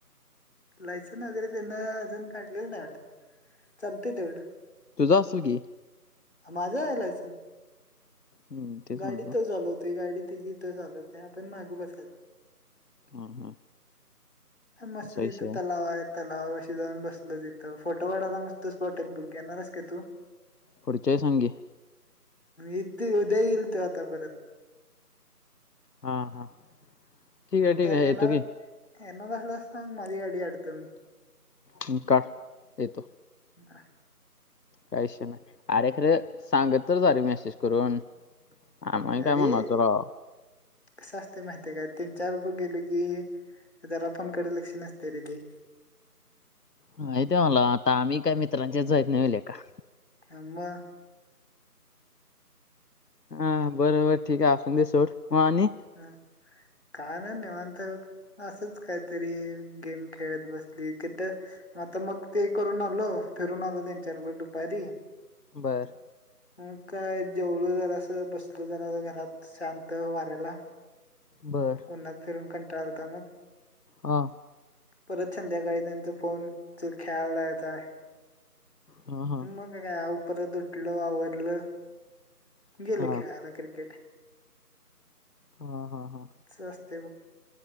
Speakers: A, on the left (about 40°); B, on the left (about 80°).
A: लायसन्स वगैरे त्यांनां अजून काढलें नाहीं वाटतं चालतं तेवढं.
B: तुझं असलं की.
A: माझ आहे लायसन्स.
B: हम्म तेच
A: गाडीथ
B: म्हणलो
A: चालवते गाडी त जीथं चालवते आपण माग बसायचं.
B: हा हा.
A: मस्त
B: असा
A: तिथ
B: विषय आहे
A: तलाव आहेत. त्यालावाशी जाऊं न बसल तिथं फोटो वाढाला मतं स्पोर्ट आहे तिथं बुक येणारं आहे का तू.
B: पुढच्यां वेळेस सांगकी
A: इथे उद्यां येईल तो आता परंत
B: हा हा. ठीक आहे ठीक
A: त्या
B: आहे
A: येना
B: येतो की
A: येना असल्या सांग माझी गाडी काढतो मी.
B: तु काढ येतो.
A: ह
B: काहीशी नाहीं अरे खरं सांगत तरं अरे मेसेज करूंन आम्हाले
A: अरे
B: कायं मामाच गांव
A: कसं असते माहिती की त्यांच्या बरोबर गेले की जरा पणं कडे लक्ष नसते तिथे
B: माहीत आहे मलां आता आम्हीं कायं मित्रांच्याच जाहीत नाहीेवले कां
A: आ मंग
B: हा बरोबर ठीक आहे असून दे सोड म आणि
A: हम कांय नाही निवांत असंच कांहीतरी गेम खेळत बसली तीथ आता मंग ते करूंन आलों फिरून आलों त्यांच्या बरोबर दुपारी
B: बरं
A: मंग कायं जेवलो जरासं बसलो जरा घरांत शांत वाऱायला
B: बरं
A: उन्हनांत फिरून कंटाळा आलता मंग
B: हां
A: परंत संध्याकाळी त्यांच्या फोन च ख्याला येता आहे
B: हा हा
A: मंग कायं उपरतं उठलो आवरलं गेलो
B: हा
A: खेळायंला क्रिकेट
B: हा हा हा
A: असं असतें बघ